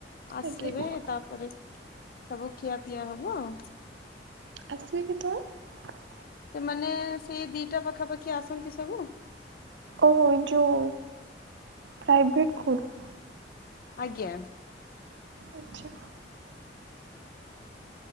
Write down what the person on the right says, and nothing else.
ଆଜ୍ଞା
ଆସିବେ କେତେବେଳେ।
ଓ ଯୋଉ ପ୍ରାଇଭେଟ ଫୁଡ।
ଆଚ୍ଛା।